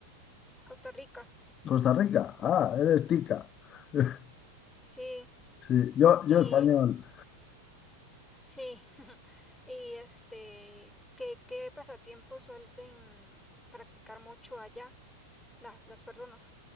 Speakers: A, in the centre; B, on the left (about 30°).
A: Costa Rica,
B: Costa Rica. Ah, eres tica. <laughs>
A: sí,
B: Sí, yo,
A: y
B: yo español.
A: sí, <laughs> y este, ¿qué, qué pasatiempos suelen practicar mucho allá la- las personas?